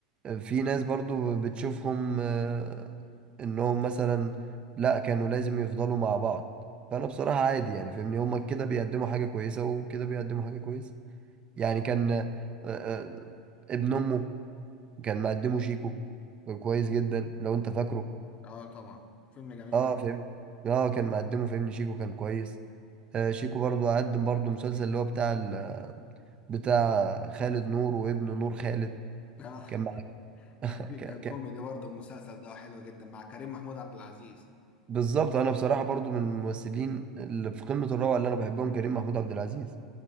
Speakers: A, on the right; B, on the left.
A: في ناس برضو بتشوفهم آه، انهم مثلا لا كانوا لازم يفضلوا مع بعض فانا بصراحة عادي يعني فاهمني هما كده بيقدموا حاجة كويسة وكده بيقدموا حاجة كويسة يعني كان آه، آه، ابن امه كان مقدمه شيكو كان كويس جدا لو انت فاكره
B: اه طبعا فيلم جميل
A: اه
B: جدا
A: فهمت اه كان مقدمه فهمني شيكو كان كويس آه شيكو برضو قدم برضو مسلسل اللي هو بتاع ال... بتاع خالد نور وابن نور خالد
B: <laughs> آه،
A: كان مع-
B: كان
A: ك...
B: في كان كوميدي
A: ك...
B: برضه المسلسل ده حلو جدا مع كريم محمود عبد العزيز
A: بالظبط انا بصراحة برضو من الممثلين اللي في قمة الروعة اللي انا بحبهم كريم محمود عبد العزيز